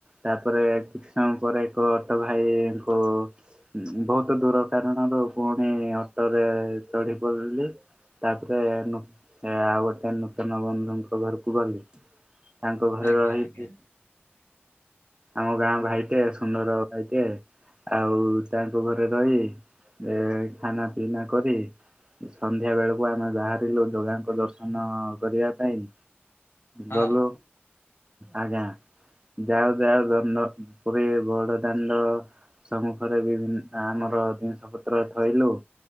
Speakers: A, on the right; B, on the left.
A: ତାପରେ କିଛି ସମୟ ପରେ ଏକ ଅଟୋ ଭାଇଙ୍କୁ <unintelligible> ବହୁତ ଦୂର କାରଣରୁ ପୁଣି ଅଟୋରେ ଚଢି ପରିଲି। ତାପରେ ଆଉ ନୁ ଗୋଟେ ନୂତନ ବନ୍ଧୁଙ୍କ ଘରକୁ ଗଲି। ତାଙ୍କ ଘରେ
B: ଆଜ୍ଞା
A: ରହିଲି
B: ଆଜ୍ଞା।
A: ଆମ ଗାଁ ଭାଇଟେ ସୁନ୍ଦର ଭାଇଟେ ଆଉ ତାଙ୍କ ଘରେ ରହି ଏ ଖାନା ପିନା କରି ସନ୍ଧ୍ୟା ବେଳକୁ ଆମେ ବାହାରିଲୁ ଯୋଗାଙ୍କ ଦର୍ଶନ କରିବା ପାଇଁ।
B: ହଁ
A: ଗଲୁ ଆଜ୍ଞା ଯାଉ ଯାଉ ଦଣ୍ଡ ପୁରୀ ବଡଦାଣ୍ଡ ସମ୍ମୁଖରେ ବିଭିନ୍ ଆମର ଜିନିଷ ପତ୍ର ଥୋଇଲୁ।